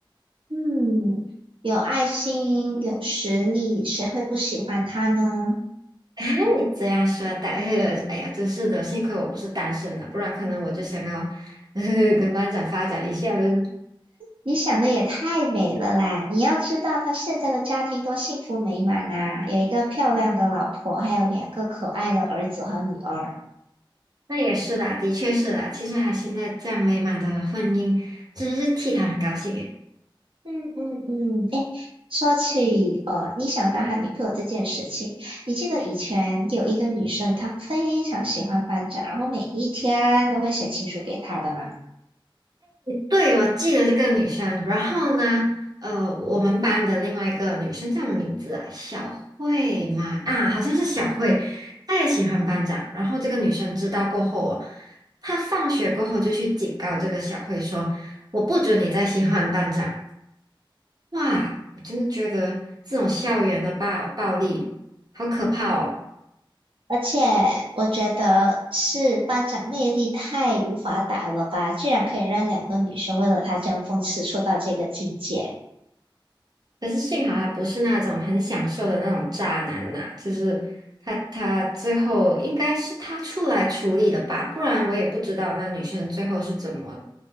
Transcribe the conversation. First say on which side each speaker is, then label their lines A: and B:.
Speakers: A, on the right; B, on the right.
A: 嗯，有爱心，有实力，谁会不喜欢他呢？
B: 哎，你这样说的，<laughs> 哎呀，真是的，幸亏我不是单身啊，不然可能我就想要 <laughs> 跟班长发展一下喽。
A: 你想的也太美了啦！你要知道，他现在的家庭多幸福美满呐、有一个漂亮的老婆，还有两个可爱的儿子和女儿。
B: 那也是啦，的确是啦，其实还现在这样美满的婚姻，真的是替他很高兴诶。
A: 嗯嗯嗯，诶，说起呃，你想当他女朋友这件事情，你记得以前有一个女生，她非常喜欢班长，然后每一天都会写情书给他的吗？
B: 对，我记得这个女生。然后呢，呃，我们班的另外一个女生叫什么名字啊？小慧嘛，啊，好像是小慧。
A: 嗯。
B: 她也喜欢班长。然后这个女生知道过后哦，她放学过后就去警告这个小慧说：“我不准你再喜欢班长。”哇，我真的觉得这种校园的暴暴力好可怕哦。
A: 而且我觉得是班长魅力太无法挡了吧，居然可以让两个女生为了他争风吃醋到这个境界。
B: 可是幸好他不是那种很享受的那种渣男呐、就是他他最后应该是他出来处理的吧，不然我也不知道那女生最后是怎么